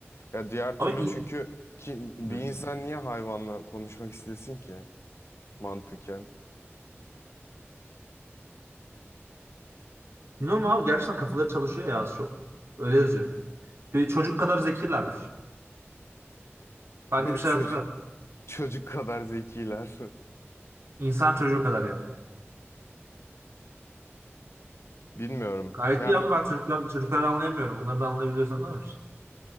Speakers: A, on the left (about 70°); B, on the right (about 65°).
A: Ya diğer
B: Ama
A: türlü
B: in...
A: çünkü ki, bir
B: Hmm.
A: insan niye hayvanla konuşmak istesin ki mantıken?
B: Bilmiyorum abi gerçekten kafaları çalışıyor ya az çok. Öyle yazıyor. Ve çocuk kadar zekilermiş. Belki
A: <laughs>
B: bir şey
A: Çocuk
B: hatırlar.
A: çocuk kadar zekiler.
B: İnsan çocuğu kadar yani.
A: <laughs> Bilmiyorum.
B: Gayet
A: Ya
B: iyi
A: mü-
B: abi ben çocuklar, çocukları anlayamıyorum. Onları da anlayabiliyorsan anlamış.